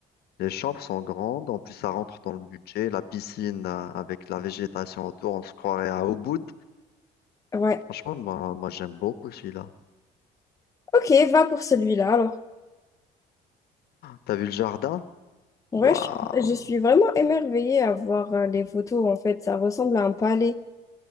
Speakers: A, on the left; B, on the left.
A: Les chambres sont grandes, en plus ça rentre dans le budget. La piscine euh, avec la végétation autour, on se croirait à Ubud.
B: ouais.
A: Franchement, moi, moi j'aime beaucoup celui-là.
B: Ok, va pour celui-là alors.
A: T'as vu le jardin?
B: Ouais,
A: Waouh!
B: je suis, je suis vraiment émerveillée à voir euh, les photos en fait. Ça ressemble à un palais.